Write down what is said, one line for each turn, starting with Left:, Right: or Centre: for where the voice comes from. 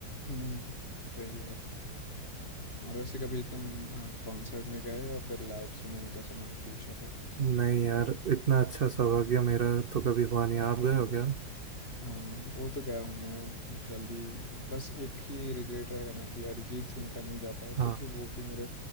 Left: हम्म वही है और वैसे कभी तुम कॉन्सर्ट में गए हो और फिर लाइव सुने हो जैसा मैंने पूछा था
Right: नहीं यार इतना अच्छा सौभाग्य मेरा तो कभी हुआ नहीं आप गए हो क्या
Left: हाँ वो तो गया हूँ मैं जल्दी बस एक ही रिग्रेट रहेगा ना कि अरिजीत सिंह का नहीं जा पाया क्योंकि
Right: हाँ
Left: वो भी मेरे